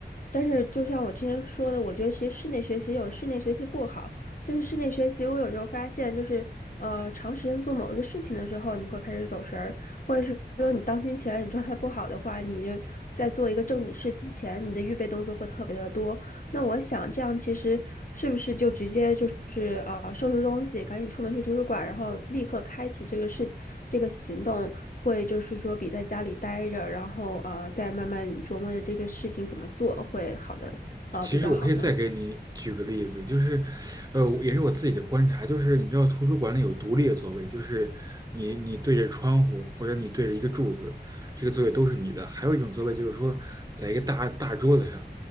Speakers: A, on the left; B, on the right.
A: 但是就像我之前说的，我觉得其实室内学习有室内学习不好，就是室内学习，我有时候发现就是呃，长时间做某一个事情的时候，你会开始走神儿，或者是说你当天起来你状态不好的话，你就在做一个正经事之前，你的预备动作会特别的多。那我想这样其实是不是就直接就是呃收拾东西，赶紧出门去图书馆，然后立刻开启这个事这个行动，会就是说比在家里待着，然后呃再慢慢琢磨着这个事情怎么做会好的呃比较好呢？
B: 其实我可以再给你举个例子，就是，呃，我也是我自己的观察，就是你知道图书馆里有独立的座位，就是你你对着窗户或者你对着一个柱子，这个座位都是你的。还有一种座位就是说，在一个大大桌子上，